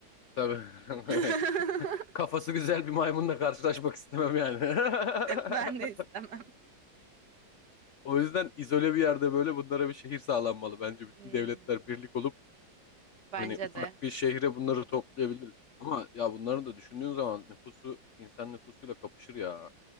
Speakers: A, on the left; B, on the right.
A: Tabii.
B: <laughs>
A: <laughs> Kafası güzel bir maymunla karşılaşmak istemem yani.
B: Ben
A: <laughs>
B: de istemem.
A: O yüzden izole bir yerde böyle bunlara bir şehir sağlanmalı. Bence bütün
B: Hmm.
A: devletler birlik olup
B: Bence
A: Hani ufak
B: de.
A: bir şehre bunları toplayabiliriz. Ama ya bunları da düşündüğün zaman nüfusu insan nüfusuyla kapışır ya.